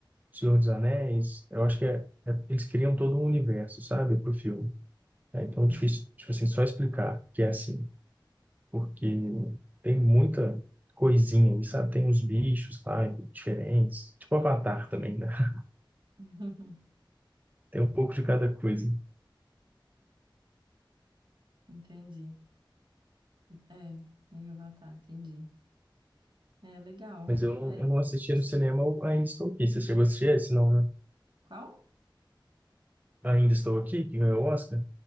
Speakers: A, on the right; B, on the right.
A: Senhor dos Anéis. Eu acho que é, é- eles criam todo um universo, sabe, pro filme. É,
B: Uhum.
A: então, é difícil, tipo assim, só explicar que é assim, porque tem muita coisinha ali, sabe? Tem uns bichos lá diferentes, tipo Avatar também, né? <laughs>
B: <laughs>
A: Tem um pouco de cada coisa.
B: Entendi. É, meio Avatar, entendi. É, legal.
A: Mas eu não,
B: É.
A: eu não assisti
B: Acho
A: no cinema,
B: que... se-
A: eu ainda estou aqui. Você chegou a assistir esse, não, né?
B: Qual?
A: Ainda Estou Aqui, que ganhou o Oscar?